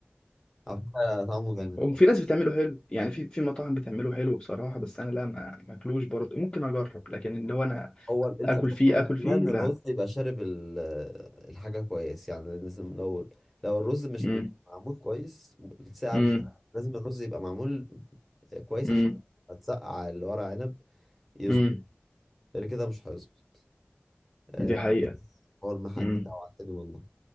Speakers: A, in the centre; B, on the left (about 20°).
A: على فكرة طعمه جامد
B: وفي ناس بتعمله حلو يعني في في مطاعم بتعمله حلو بصراحه بس انا لا ما ماكلوش برضه ممكن اجرب لكن اللي هو انا
A: هو الفكرة
B: اكل فيه
A: في الاحتمال
B: اكل فيه
A: ان
B: لا
A: الرز يبقى شارب ال- الحاجة كويس يعني لازم لو لو الرز مش
B: امم
A: مت- معمول كويس الساعة
B: امم
A: مش هتحرق. لازم الرز يبقى معمول كويس
B: امم
A: عشان هتسقع اللي ورق عنب يظبط
B: امم
A: غير كده مش هيظبط آه،
B: دي حقيقه
A: هو المحل
B: مم.
A: انت جوعتني والله